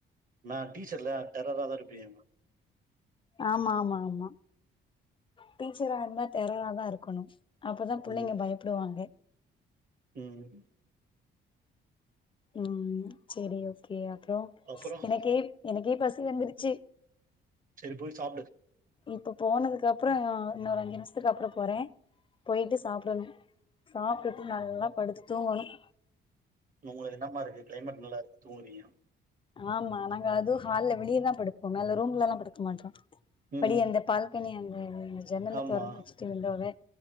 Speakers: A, on the right; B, on the left.
A: நான் டீச்சர்ல டெர்ரரா தா இருப்பீங்கம்பா
B: ஆமா ஆமா ஆமா டீச்சரா இருந்தா டெரராதா இருக்கணு அப்பதா புள்ளைங்க
A: ம்.
B: பயப்படுவாங்க
A: ம்
B: ம் சேரி ஓகேயா அப்புறோ
A: அப்புறம்
B: எனக்கே எனக்கே பசி வந்துருச்சி
A: செரி போய் சாப்டு
B: இப்போ போனதுக்கு அப்புறம் அஹ் இன்னொரு அஞ்சு நிமிஷத்துக்கு அப்புறம் போறேன் போயிட்டு சாப்பிடணும் சாப்டுட்டு நல்லா படுத்து தூங்கணும்
A: உங்களுக்கு என்னம்மா இருக்கு கிளைமேட் நல்லா இருக்கு தூங்குறீங்க
B: ஆமா நாங்க அதுவு ஹால்ல வெளியதா படுப்போ மேல ரூம்லலா படுக்க மாட்டோ
A: ம்.
B: படி அந்த பால்கனி அந்த அந்த ஜன்னல
A: ஆமா.
B: தொறந்து வச்சுட்டு வந்தாவே